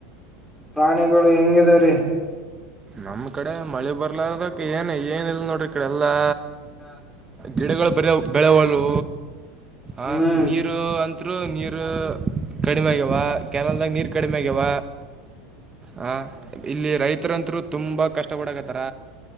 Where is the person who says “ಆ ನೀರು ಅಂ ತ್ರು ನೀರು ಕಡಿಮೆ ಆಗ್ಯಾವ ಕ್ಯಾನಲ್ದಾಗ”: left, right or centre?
Right